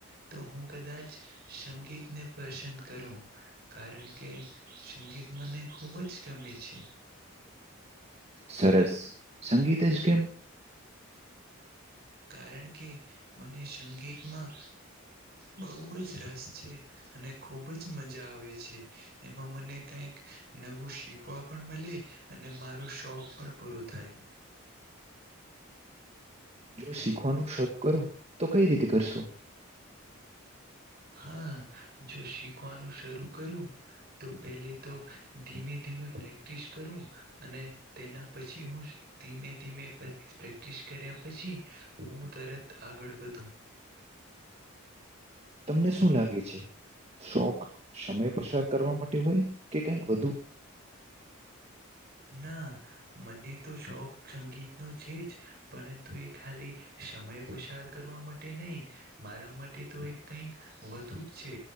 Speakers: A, on the right; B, on the right.
A: તો હું કદાચ સંગીતને પસંદ કરું કારણ કે સંગીત મને ખુબ જ ગમે છે.
B: સરસ સંગીત જ કેમ?
A: કારણ કે મને સંગીતમાં બઉુ જ રસ છે, અને ખુબજ મજા આવે છે એમાં મને કઈક નવું શીખવા પણ મળે. અને મારું શોખ પણ પૂરો થાય.
B: જો શીખવાનું શરૂ કરું તો કઈ રીતે કરશો.
A: હા જો શીખવાનું શરૂ કરું તો પહેલે તો ધીમે ધીમે પ્રેક ફિક્સ કરું અને તેના પછી હું ધીમે ધીમે પ્રેક્ટિસ કર્યા પછી હું. તરત આગળ વધું
B: તમને શું લાગે છે. શોખ સમય પસાર કરવા માટે હોય કે કઈક વધુ
A: ના મને તો શોખ સંગીત નો છે જ પરંતુ એ ખાલી સમય પસાર કરવા માટે નહી મારા માટે તો એ કઈક વધુ જ છે.